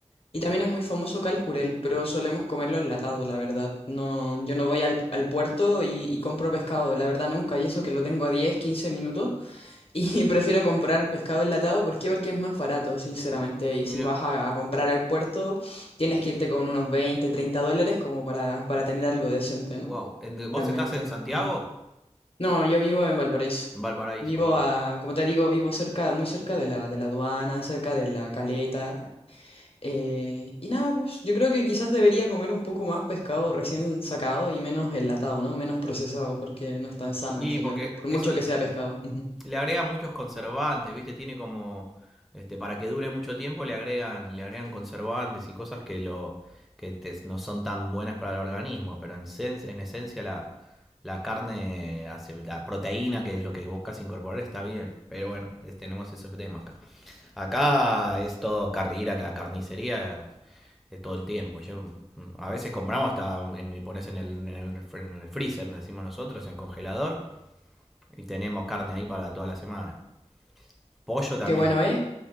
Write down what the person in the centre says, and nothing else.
Mira,
wow.
¿Vos
estás en Santiago?
En Valparaíso,
wow.
Y
porque
eso,
Le agregan muchos conservantes, ¿viste? Tiene como. Este, para que dure mucho tiempo le agregan, le agregan conservantes y cosas que lo. que te- no son tan buenas para el organismo. Pero en, sen- en esencia la, la carne hace- la proteína, que es lo que buscas incorporar, está bien. Pero bueno, es- tenemos esos temas acá. Acá es todo car- ir a la carnicería es todo el tiempo. Yo, mm, a veces compramos hasta en, y pones en el, en el fr- en el freezer, decimos nosotros, en congelador, y tenemos carne ahí para toda la semana pollo también.